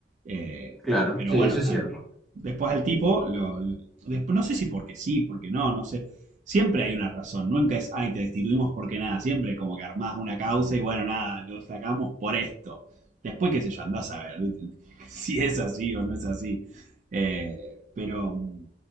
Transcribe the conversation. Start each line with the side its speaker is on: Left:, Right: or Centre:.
Right: Eh,
Centre: claro,
Right: pero
Centre: sí,
Right: bueno,
Centre: eso es
Right: al-
Centre: cierto.
Right: después al tipo, lo- lo- después, no sé si porque sí, porque no, no sé. Siempre hay una razón, nunca es, ay, te destituimos porque nada, siempre como que armás una causa y bueno, nada, lo sacamos por esto. Después, qué sé yo, andás a ver, ¿viste? <laughs> si es así o no es así. Eh, pero mm,